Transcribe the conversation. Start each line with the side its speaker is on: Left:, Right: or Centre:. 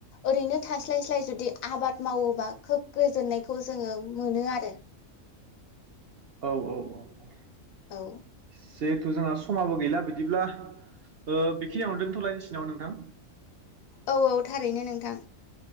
Left: ओरैनो थास्लाय स्लाय जुदि आबाद मावोबा खोब गोजोननायखौ जोंङो मोनो आरो।
Right: औ औ औ औ
Left: औ
Right: जिहेथु जोंहा समाबो गैला बिदिब्ला ओ बेखिनियाव दोनथ'लायनिसै नामा नोंथां।
Left: औ औ थारैनो नोंथां